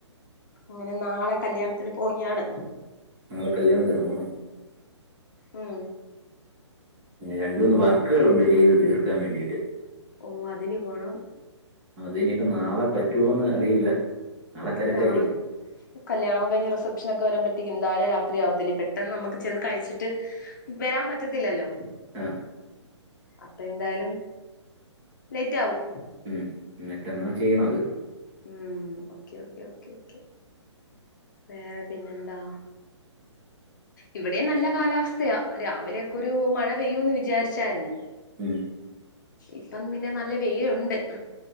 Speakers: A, on the left; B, on the right.
A: അങ്ങനെ നാളെ കല്യാണത്തിന് പോയാണ്
B: നാളെ കല്യാണത്തിന് പോണം
A: ഉം
B: രണ്ടുന്ന് വർക്കുകൾണ്ട് ചെയ്ത് തീർക്കാൻ വേണ്ടിയിട്ട്
A: ഓഹ് അതിന് പോണം
B: അത് ഇനിയിപ്പ നാളെ പറ്റുവോന്ന് അറിയില്ല നാളെ തിരക്കായിരിക്കും.
A: താൾ കല്യാണം കഴിഞ് റിസപ്ഷനോക്കെ വരാമ്പഴേ എന്തായാലും രാത്രി ആവത്തില്ല പെട്ടെന്ന് നമക്ക് ചെന്ന് കഴിച്ചിട്ട് വരാൻ പറ്റത്തില്ലല്ലോ
B: ആഹ്
A: അപ്പൊ എന്തായാലും ലേറ്റ് ആവും
B: ഉം മറ്റന്നാ ചെയ്യണ അത്
A: ഉം ഓക്കെ ഓക്കേ ഓക്കേ ഓക്കെ വേറെ പിന്നെന്താ ഇവിടെ നല്ല കാലാവസ്ഥയാ രാവിലെയൊക്കെ ഒരു മഴ പെയ്യൂന്ന് വിചാരിച്ചായിരുന്നു
B: ഉം
A: ഇപ്പം പിന്നെ നല്ല വെയിലുണ്ട്